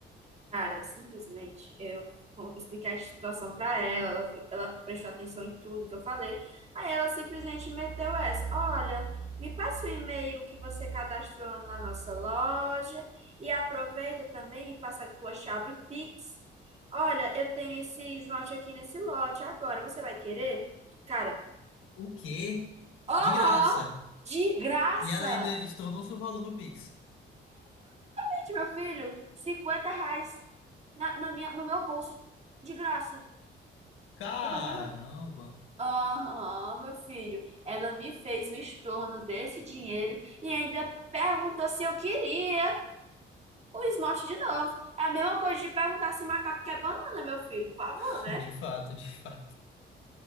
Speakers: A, on the right (about 35°); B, on the left (about 85°).
A: Cara, simplesmente eu co- expliquei a situação pra ela, ela, fi- ela prestou atenção em tudo que eu falei. Aí ela simplesmente meteu essa: Olha, me passa o e-mail que você cadastrou na nossa loja e aproveita também e passa a tua chave Pix. Olha, eu tenho esse esmalte aqui nesse lote agora, você vai querer? Cara,
B: O quê?
A: oh,
B: De graça.
A: de graça!
B: E ela ainda estornou-se o valor do Pix.
A: Gente, meu filho, 50 reais na, na minha, no meu bolso, de graça,
B: Caramba.
A: sem fazer nada. Aham, meu filho. Ela me fez o estorno desse dinheiro e ainda perguntou se eu queria o esmalte de novo. É a mesma coisa de perguntar se macaco quer banana, meu filho, por favor,
B: <laughs>
A: né?
B: De fato, de fato.